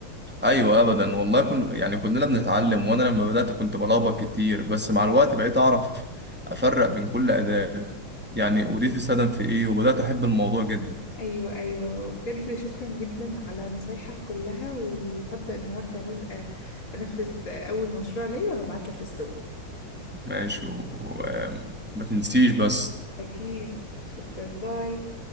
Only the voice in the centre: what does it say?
ايوه ابدا والله كن يعني كلنا بنتعلم وانا لما بدات كنت بلخبط كتير بس مع الوقت بقيت اعرف افرق بين كل اداه يعني ودي تستخدم في ايه وبدات احب الموضوع جدا
ماشي وما تنسيش بس